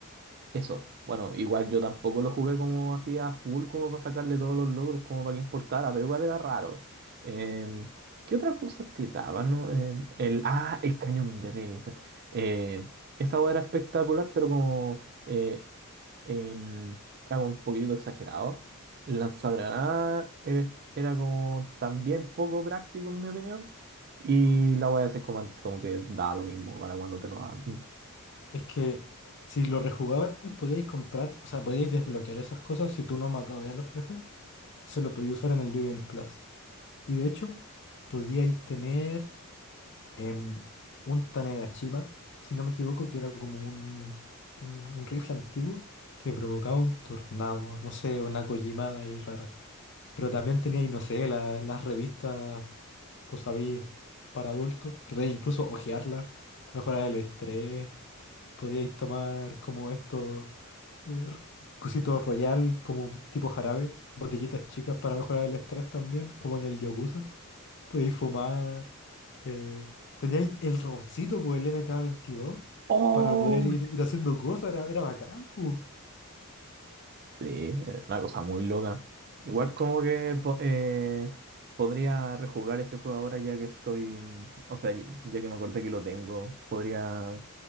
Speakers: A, on the right (about 45°); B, on the left (about 55°).
A: Eso. Bueno, igual yo tampoco lo jugué como así a full, como para sacarle todos los logros, como para que importara, pero igual era raro. Em, ¿qué otras cosas te daban, no? Em, el, ah, el cañón de Relis. Eh, esa hueá era espectacular, pero como eh, em, era como un poquitito exagerado. El lanzagranada era, era como también poco práctico, en mi opinión. Y la hueá de seis comandos como que da lo mismo para cuando te lo dan.
B: Es que si lo rejugabais, podíais comprar, o sea, podíais desbloquear esas cosas si tú no matabas a los jefes. Se lo podíais usar en el New Game Plus. Y de hecho, podíais tener. em, un Tanegashima, si no me equivoco, que era como un, un, un rifle antiguo que provocaba un tornado, no sé, una Kojimada ahí rara. Pero también tenía, y no sé, la- las revistas, tú sabías, para adultos, que podías incluso hojearlas, mejorar el estrés, podíais tomar como estos eh, cositos royal, como tipo jarabe, botellitas chicas para mejorar el estrés también, como en el Yakuza. Podíais fumar. Eh, teníais el robotcito, pues el mk veintidós
A: ¡Oh!
B: para poder ir, ir haciendo cosas, era, era bacán, pues.
A: Sí, eh, una cosa muy loca. Igual como que po- eh, podría rejugar ese juego ahora ya que estoy, o sea, ya ya que me acordé que lo tengo, podría